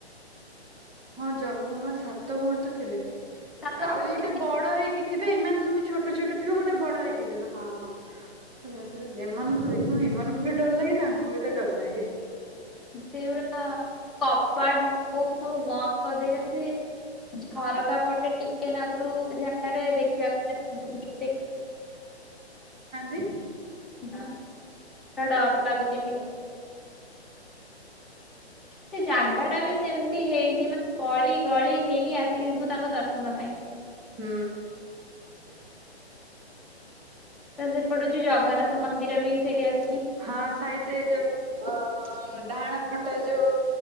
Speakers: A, on the right (about 15°); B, in the centre.
A: ହଁ ଜମ ମା ସାତ ଭଉଣ ତ ଥିଲେ
B: ସାତ
A: ଆଉ
B: ଭଉଣୀ
A: ଯୋଉଟେ ବଡ ହେଇକି ଥିବେ ଏଇମାନେ ସବୁ ଛୋଟ ଛୋଟ ଥିବେ ଗୋଟେ ବଡ ହେଇକି ିବ ହଁ ହଁ। ହ ହେ ଏମାନଙ୍କୁ ଦେଖିବୁ ଏମାନଙ୍କୁ ବି ଡର ଲାଗେ ତାଙ୍କୁ ବି ତ ଡର ଲାଗେ
B: ସେଗଡା କପଟ ସବୁନ୍ଦ ସତେ ଯେମତି ଝରକା ପଟେ ଟିକେ। କେନାକରୁ ଜାଗାତଟେ ଦେଖିବା।
A: ହୁଁ।
B: ହଁ। ଡର ଲାଗୁଯିବି। ସେ ଜାଗା ଟା ବି ସେମିତି ହେଇଛି ମାନେ ଗଳି ଗଳି ହେଇକି ଆସିବୁ ତାଙ୍କ ଦର୍ଶନ ପାଇଁ।
A: ହୁଁ।
B: ତ ସେ ପଡୁଛି ଜଗନ୍ନାଥ ମନ୍ଦିରବି ସେଇଠୀ ଅଛି।
A: ହଁ ସାଇଡରେ ଯୋଉ ଅ- ଡାହାଣ ପଟ ଯୋଉ